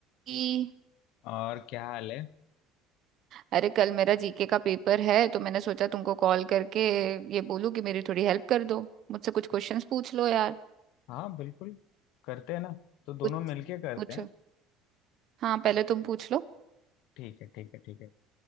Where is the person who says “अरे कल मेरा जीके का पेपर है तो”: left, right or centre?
Right